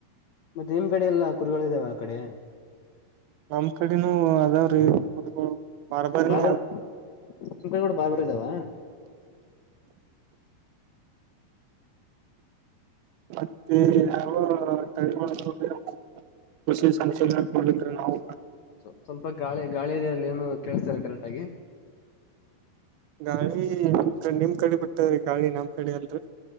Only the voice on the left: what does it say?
ಮತ್ತೆ ನಿಮ್ ಕಡೆ ಎಲ್ಲ ಕುರಿಗಳು ಇದಾವ ಆ ಕಡೆ
ಬಾರ್ಬರ್ ನಿಮ್ ಕಡೆ ಕೂಡ ಬಾರ್ಬರ್ ಇದಾವ
ಸ್ವಲ್ಪ ಸ್ವಲ್ಪ ಗಾಳಿ ಗಾಳಿದೆರಲ್ಲಿ ಏನು ಕೇಳಸ್ತಾರೆ ಕರೆಕ್ಟ್ ಆಗಿ